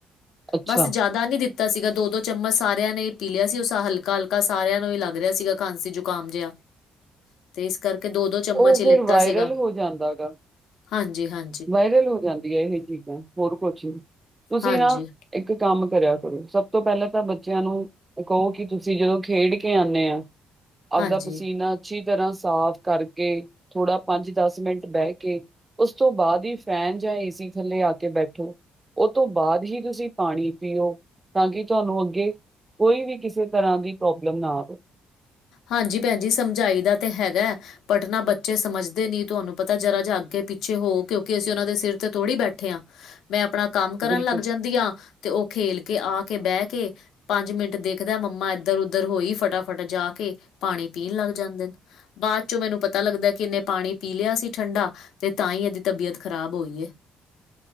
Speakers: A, on the right; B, on the left.
A: ਅੱਛਾ।
B: ਬਸ ਜ਼ਿਆਦਾ ਨਹੀ ਦਿੱਤ ਤਾ ਸੀਗਾ, ਦੋ- ਦੋ ਚਮਚ ਸਾਰਿਆਂ ਨੇ ਹੀ ਪੀ ਲਿਆ ਸੀ ਉਸ ਹਲਕਾ ਹਲਕਾ ਸਾਰਿਆਂ ਨੂੰ ਹੀ ਲੱਗ ਰਿਹਾ ਸੀਗਾ। ਖਾਂਸੀ ਜ਼ੁਕਾਮ ਜਿਹਾ ਤੇ ਇਸ ਕਰਕੇ ਦੋ ਦੋ ਚਮਚ
A: ਉਹ
B: ਹੀ
A: ਫਿਰ
B: ਲਿੱਤਾ
A: ਵਾਇਰਲ
B: ਸੀਗਾ
A: ਹੋ ਜਾਂਦਾ ਗਾ
B: ਹਾਂਜੀ ਹਾਂਜੀ।
A: ਵਾਇਰਲ ਹੋ ਜਾਂਦੀਆਂ ਇਹ ਚੀਜ਼ਾਂ ਹੋਰ ਕੁਛ ਤੁਸੀਂ
B: ਹਾਂਜੀ
A: ਨਾ ਇੱਕ ਕੰਮ ਕਰਿਆ ਕਰੋ ਸਭ ਤੋਂ ਪਹਿਲਾਂ ਤਾਂ ਬੱਚਿਆਂ ਨੂੰ ਕਹੋ ਕਿ ਤੁਸੀਂ ਜਦੋਂ ਖੇਡ ਕੇ ਆਉਂਨੇ ਹੋ ਆਪਦਾ
B: ਹਾਂਜੀ
A: ਪਸੀਨਾ ਅੱਛੀ ਤਰ੍ਹਾਂ ਸਾਫ ਕਰਕੇ ਕੇ ਥੋੜ੍ਹਾ ਪੰਜ ਦਸ ਮਿੰਟ ਬਹਿ ਕੇ ਉਸ ਤੋਂ ਬਾਅਦ ਹੀ ਫ਼ੈਨ ਜਾਂ ਏਸੀ ਥੱਲੇ ਆ ਕੇ ਬੈਠੋ। ਉਹ ਤੋਂ ਬਾਅਦ ਹੀ ਤੁਸੀਂ ਪਾਣੀ ਪੀਓ ਤਾਂ ਕਿ ਤੁਹਾਨੂੰ ਅੱਗੇ ਕੋਈ ਵੀ ਕਿਸੇ ਤਰ੍ਹਾਂ ਦੀ ਪ੍ਰੋਬਲਮ ਨਾ ਆਵੇ।
B: ਹਾਂਜੀ ਭੈਣ ਜੀ ਸਮਝਾਈ ਦਾ ਤੇ ਹੈਗਾ ਬਟ ਨਾ ਬੱਚੇ ਸਮਝਦੇ ਨੀ ਤੁਹਾਨੂੰ ਪਤਾ ਜਰਾ ਜਾ ਅੱਗੇ ਪਿੱਛੇ ਹੋ ਕਿਉਂਕਿ ਅਸੀਂ ਉਹਨਾਂ ਦੇ ਸਿਰ ਤੇ ਥੋੜ੍ਹੀ ਬੈਠ ਠੇ ਆ ਮੈਂ ਆਪਣਾ ਕੰਮ ਲੱਗ
A: ਬਿਲਕੁਲ
B: ਜਾਂਦੀ ਆ। ਤੇ ਉਹ ਖੇਲ ਕੇ ਆ ਕੇ ਬਹਿ ਕੇ ਪੰਜ ਮਿੰਟ ਦੇਖਦਾ ਮੰਮਾ ਇੱਧਰ ਉਧਰ ਹੋਈ ਫਟਾ ਫਟ ਜਾ ਕੇ ਪਾਣੀ ਪੀਣ ਲੱਗ ਜਾਂਦੇ ਨੇ। ਬਾਅਦ ਚੋਂ ਮੈਨੂੰ ਪਤਾ ਲੱਗਦਾ ਕਿ ਇਨੇ ਪਾਣੀ ਪੀ ਲਿਆ ਸੀ ਠੰਢਾ ਤੇ ਤਾਂ ਹੀ ਇਹਦੀ ਤਬੀਅਤ ਖ਼ਰਾਬ ਹੋਈ ਏ।